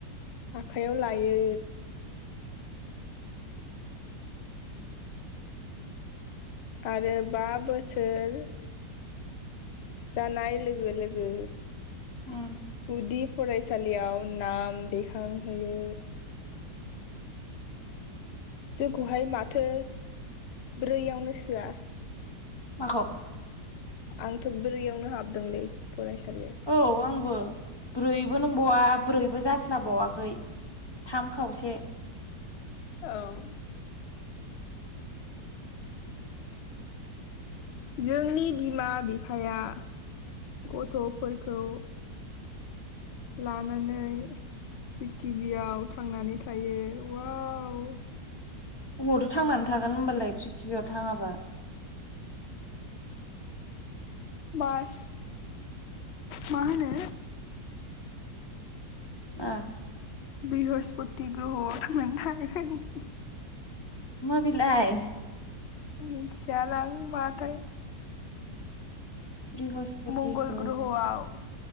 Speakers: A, on the left; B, on the left.
A: आखाइयाव लायो आरो बा बोसोर जानाय लोगो लोगो
B: उम
A: उदिप फरायसालियाव नाम दैखांहोयो जोंखौहाय माथो ब्रैयावनो सोआ
B: माखौ
A: आंथ ब्रैयावनो हाबदोंलै फरायसालियाव
B: औ आंबो ब्रैबो नंबावा ब्रैबो जास्लाबावाखै थाम खावसे
A: औ जोंनि बिमा बिफाया गथफोरखौ लानानै प्रिथिबियाव थांनानै थायो अवाव।
B: अबावथो थांनानै थागोन होनोमबालाय पृथिबियाव थाङाबा।
A: मार्स माहोनो
B: ओ।
A: बृहस्पति ग्रहआव मोन थांनानै थागोन होन।
B: माबेलाय?
A: मिथियालां माथाय।
B: बृहस्पति
A: मंगल
B: ग्रह
A: ग्रह'आव